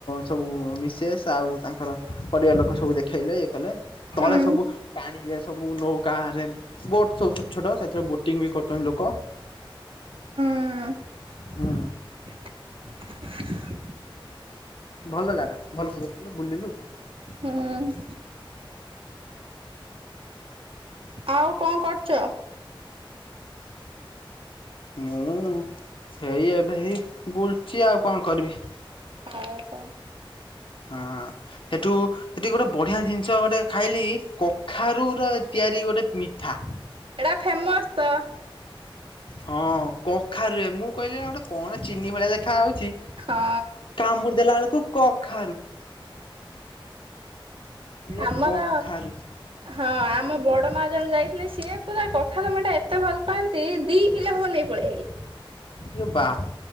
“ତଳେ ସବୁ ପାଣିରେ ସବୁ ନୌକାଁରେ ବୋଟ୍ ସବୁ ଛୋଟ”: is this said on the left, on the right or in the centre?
Left